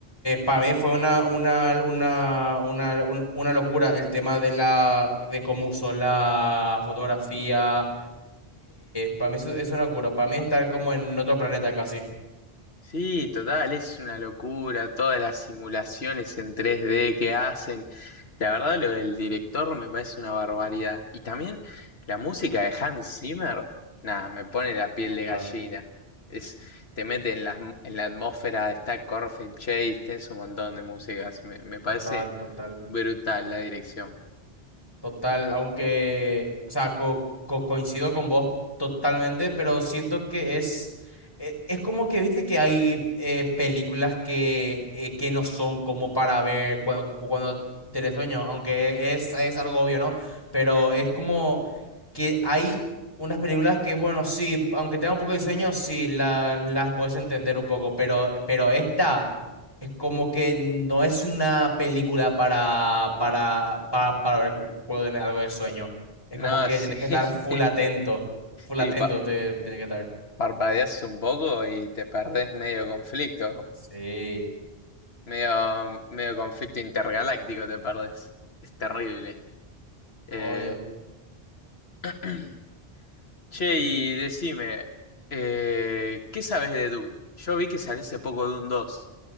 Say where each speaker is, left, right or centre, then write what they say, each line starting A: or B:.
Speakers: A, on the left (about 20°); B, on the left (about 80°).
A: para mí fue una, una, una, una, un- una locura el tema de la, de cómo usó la fotografía. para mí es, es una locura. Para mí estar como en otro planeta casi.
B: Sí, total, es una locura, todas las simulaciones en tres d que hacen. La verdad, lo del director me parece una barbaridad. Y también la música de Hans Zimmer, nada, me pone la piel
A: Total,
B: de gallina. Es, te mete en la, en la atmósfera, está Corpse Chase, tenés un montón de músicas. Me, me parece
A: total, total.
B: Brutal la dirección.
A: Total, aunque, o sea, co- co- coincido con vos totalmente, pero siento que es, e- es como que, viste que hay eh, películas que, eh, que no son como para ver cuando, cuando tenés sueño, aunque es, es algo obvio, ¿no? Pero es como que hay unas películas que, bueno, sí, aunque tenga un poco de sueño, sí, la- las puedes entender un poco, pero, pero esta... Es como que no es una película para, para, para, para ver cu- cu- en algo de sueño. Es
B: No,
A: como que
B: sí.
A: tienes que estar full
B: <laughs>
A: atento. Full
B: Y
A: atento
B: pa-
A: te, tienes que estar.
B: parpadeas un poco y te perdés medio conflicto.
A: Sí.
B: Medio, medio conflicto intergaláctico te perdés. Es terrible. Eh,
A: Obvio.
B: <clears throat> Che, y decime, eh, ¿qué sabes de Dune? Yo vi que salió hace poco Dune dos